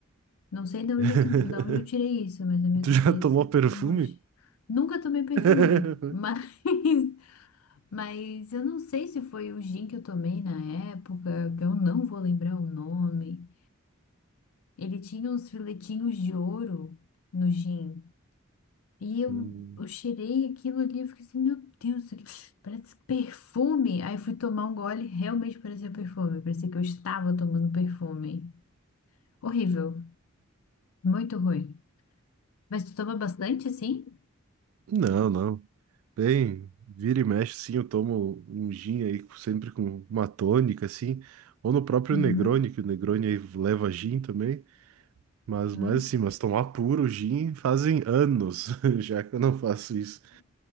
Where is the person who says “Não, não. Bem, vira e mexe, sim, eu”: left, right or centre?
Right